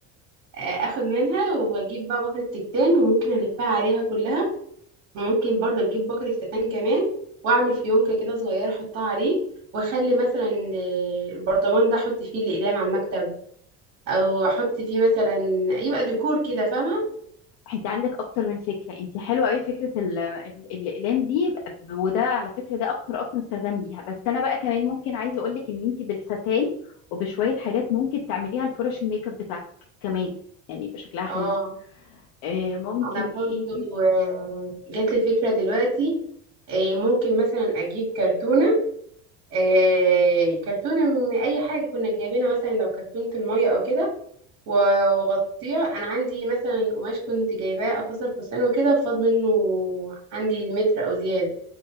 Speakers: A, on the right; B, on the left.
A: آه، اخد منها واجيب بقى بكرة كتان وممكن الفها عليها كلها وممكن برضه اجيب بكرة كتان كمان واعمل فيونكة كده صغيرة احطها عليه واخلي مثلا آه، البرطمان ده احط فيه الاقلام على المكتب او احط فيه مثلا يبقى ديكور كده فاهمة
B: انت عندك اكتر من فكره انت حلوه قوي فكره ال- ال- الاقلام دي ب- وده على فكره ده اكتر اصلا استخدام ليها بس انا بقى كمان ممكن عايزه اقول لك ان انت بالستان وبشويه حاجات ممكن تعمليها لفرش الميك اب بتاعتك كمان يعني يبقى شكلها حلو
A: اه
B: آه، ممكن
A: انا برضه
B: ايه
A: آه، جات لي فكرة دلوقتي آه، ممكن مثلا اجيب كرتونة آه، كرتونة من اي حاجة كنا جايبينها مثلا لو كرتونة المية او كده و- واغطيه انا عندي مثلا قماش كنت جايباه افصل فستان وكده وفاض منه عندي متر او زياده